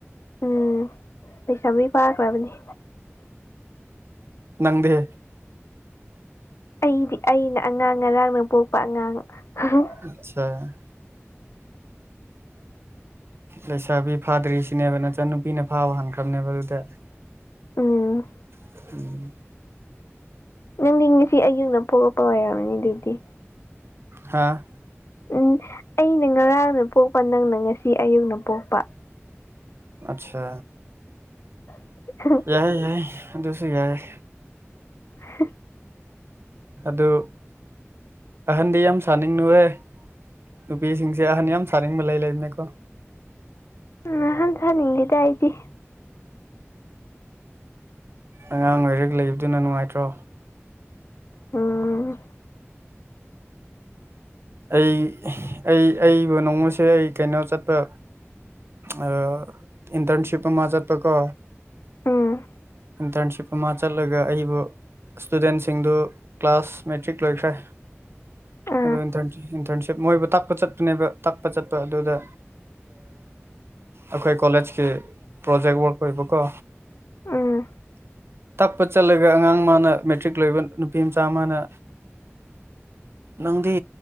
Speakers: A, on the left; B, on the right.
A: ꯎꯝ ꯂꯩꯁꯥꯕꯤ ꯐꯥꯈ꯭ꯔꯕꯅꯤ꯫
B: ꯅꯪꯗꯤ
A: ꯑꯩꯗꯤ ꯑꯩꯅ ꯑꯉꯥꯡ ꯉꯔꯥꯡ ꯅ ꯄꯣꯛꯄ ꯑꯉꯥꯡ <unintelligible>
B: ꯑꯆꯥ <unintelligible> ꯂꯩꯁꯥꯕꯤ ꯐꯥꯗ꯭ꯔꯤꯁꯤꯅꯦꯕ ꯅꯆꯟꯅꯨꯄꯤꯅ ꯐꯥꯕ ꯍꯟꯈ꯭ꯔꯕꯅꯦꯕ ꯑꯗꯨꯗꯤ
A: ꯎꯝ꯫
B: <unintelligible>
A: ꯅꯪꯗꯤ ꯉꯁꯤ ꯑꯍꯤꯡꯗ ꯄꯣꯔꯛꯄ ꯑꯣꯏꯔꯝꯅꯤ ꯑꯗꯨꯗꯤ
B: ꯍꯥꯥ
A: ꯎꯝ ꯑꯩꯅ ꯉꯔꯥꯡꯅ ꯄꯣꯛꯄ ꯅꯪꯅ ꯉꯁꯤ ꯑꯍꯤꯡꯗ ꯄꯣꯛꯄ꯫
B: ꯑꯆꯥ꯫
A: <unintelligible>
B: ꯌꯥꯏ ꯌꯥꯏ ꯑꯗꯨꯁꯨ ꯌꯥꯏ꯫
A: <unintelligible>
B: ꯑꯗꯨ ꯑꯍꯟꯗꯤ ꯌꯥꯝ ꯁꯥꯅꯤꯡꯅꯨꯍꯦ ꯅꯨꯄꯤꯁꯤꯡꯁꯦ ꯑꯍꯟ ꯌꯥꯝ ꯁꯥꯅꯤꯡꯕ ꯂꯩꯔꯦꯅꯦꯀꯣ꯫
A: ꯎ ꯑꯍꯟ ꯁꯥꯅꯤꯡꯗꯦꯗ ꯑꯩꯗꯤ꯫
B: ꯑꯉꯥꯡ ꯑꯣꯏꯔ ꯂꯩꯕꯗꯨꯅ ꯅꯨꯡꯉꯥꯏꯇ꯭ꯔꯣ꯫
A: ꯎꯝ꯫
B: ꯑꯩ ꯑꯩ ꯑꯩꯕꯨ <unintelligible> ꯑꯩ ꯀꯩꯅꯣ ꯆꯠꯄ ꯑ ꯏꯟꯇꯔꯟꯁꯤꯄ ꯑꯃ ꯆꯠꯄꯀꯣ꯫
A: ꯎꯝ
B: ꯏꯟꯇꯔꯟꯁꯤꯞ ꯍꯤꯃꯥꯆꯜ ꯆꯠꯂꯒ ꯑꯩꯕꯨ ꯏꯁꯇꯨꯗꯦꯟꯁꯤꯡꯗꯨ ꯀ꯭ꯂꯥꯁ ꯃꯦꯇ꯭ꯔꯤꯛ ꯂꯣꯏꯈ꯭ꯔꯦ
A: ꯑꯥ
B: ꯑ ꯏꯟ ꯏꯟꯊꯔꯟꯞ ꯃꯣꯏ ꯑꯗꯨꯒ ꯇꯥꯛꯄ ꯆꯠꯄꯅꯦꯕ ꯇꯥꯛꯄ ꯆꯠꯄ ꯑꯗꯨꯗ ꯑꯩꯈꯣꯏ ꯀꯣꯂꯦꯖꯀꯤ ꯄ꯭ꯔꯣꯖꯦꯛ ꯔꯛ ꯑꯣꯏꯕꯀꯣ
A: ꯎꯝ
B: ꯇꯛꯄ ꯆꯠꯂꯒ ꯑꯉꯥꯡ ꯃꯥꯅ ꯃꯦꯛꯇ꯭ꯔꯤꯛ ꯂꯣꯏꯕ ꯅꯨꯄꯤ ꯃꯆꯥ ꯑꯃꯅ ꯅꯪꯗꯤ